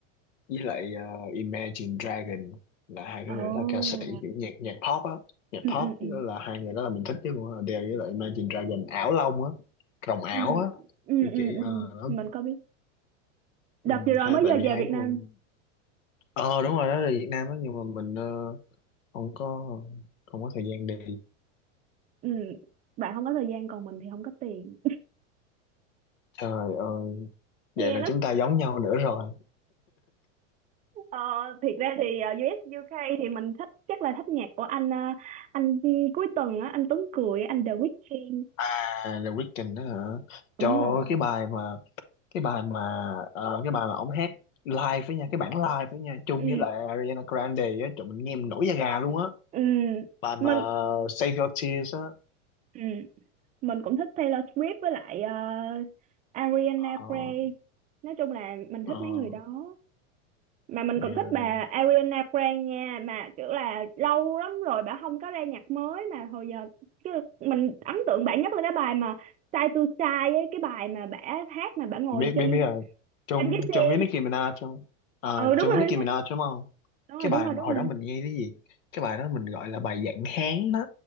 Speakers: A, on the left; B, on the right.
A: với lại ờ, Imagine Dragon là hai cái
B: ồ
A: người đó là ca sĩ kiểu nhạc nhạc pop á nhạc pop
B: ừ ừ ừ
A: đó là hai người đó là mình thích nhất luôn á Adele với lại Imagine Dragon ảo long á rồng ảo
B: ừ
A: á
B: ừ
A: cái
B: ừ
A: kiểu
B: ừ.
A: ờ, đó
B: mình có biết đợt
A: ừ,
B: vừa rồi
A: hai
B: mới
A: tại
B: giờ
A: vì
B: về
A: hai
B: Việt Nam
A: người ờ đúng rồi đó là Việt Nam á nhưng mà mình ờ, không có không có thời gian đi
B: ừ bạn không có thời gian còn mình thì không có tiền
A: trời ơi vậy
B: nghe
A: là
B: nó
A: chúng ta giống nhau nữa rồi
B: Ờ, thiệt ra thì ờ, US UK thì mình thích chắc là thích nhạc của anh ờ, anh cuối tuần á anh Tuấn Cười anh The Weeknd
A: à The Weeknd đó hả
B: đúng
A: cho
B: rồi
A: cái bài mà cái bài mà ờ, cái bài mà ông hát live với nha cái bản live với nha chung
B: ừ
A: với lại Ariana Grande á trời mình nghe mình nổi da gà luôn á
B: ừ
A: bài mà
B: mình
A: Save Your Tears á
B: ừ. mình cũng thích Taylor Swift với lại ờ, Ariana
A: Ờ,
B: Grande nói chung là mình
A: ờ,
B: thích mấy người đó mà mình
A: yeah.
B: còn thích bà Ariana Grande nha mà kiểu là lâu lắm rồi bà không có ra nhạc mới mà hồi giờ chứ mình ấn tượng bà nhất là cái bài mà Side to Side ấy cái bài mà bà hát mà bà ngồi
A: biết
B: trên
A: biết biết rồi chung
B: trên cái xe
A: chung với Nicki Minaj chung Ờ,
B: ừ đúng
A: chung với
B: rồi
A: Nicki
B: đúng
A: Minaj đúng không
B: rồi
A: cái
B: đúng
A: bài
B: rồi
A: mà
B: đúng
A: hồi
B: rồi đúng
A: đó
B: rồi
A: mình nghe cái gì cái bài đó mình gọi là bài dạng Hán đó